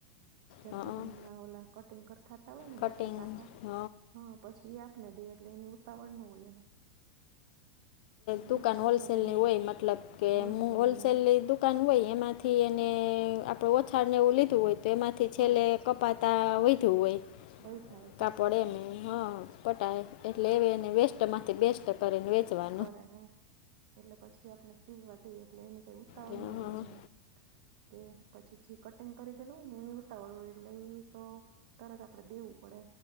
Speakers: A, on the right; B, on the left.
A: જથ્થાબંધ
B: હં
A: ના ઓલા કટિંગ કરતાતા હોય ને
B: કટિંગ
A: મોટા ટાકા
B: હં
A: હા પછી એ આપને દે એટલે એની ઉતાવર નું હોય એને એટલે
B: દુકાન
A: હું તો કેટલો
B: હોલસેલની
A: ટાઈમ
B: હોય મતલબ કે
A: હોલસેલની
B: હું હોલસેલ
A: આ
B: દુકાન હોય એમાંથી એને આપણે ઓછાળને એવું લીધું હોય તો એમાંથી
A: હા
B: છેલ્લે કપાતા વધધું હોય
A: બહી થવા
B: કાપોડ એમ હ પટાય એટલે એ એને વેસ્ટ માંથી બેસ્ટ કરીને વેચવાની
A: કરે હા એટલે પછી આપણે સીવવા દઈએ એટલે એને કઈ ઉતાવળ
B: હં
A: ન હોય એને એમ કે પછી જે કટિંગ કરી ગયેલું હોય ને એની ઉતાવળું એટલે એ તો તરત આપડે દેવું પડે